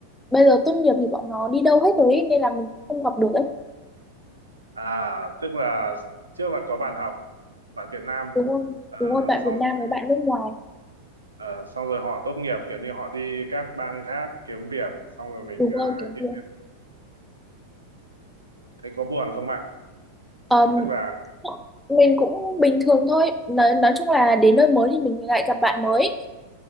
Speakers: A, in the centre; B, on the right.
A: bây giờ tốt nghiệp thì bọn nó đi đâu hết rồi ấy, nên là mình cũng không gặp được ấy
B: À, tức là trước là có bạn học, bạn Việt Nam,
A: đúng không
B: à,
A: đúng không bạn
B: xong
A: Việt
B: rồi,
A: Nam với bạn nước ngoài
B: à, xong rồi họ tốt nghiệp kiểu như họ đi các bang khác kiếm việc, xong rồi mình
A: đúng
B: à,
A: rồi kiểu
B: ít-
A: gì
B: thấy có buồn không bạn?
A: Ờm,
B: Tức là
A: mình cũng bình thường thôi nói nói chung là đến nơi mới thì mình lại gặp bạn mới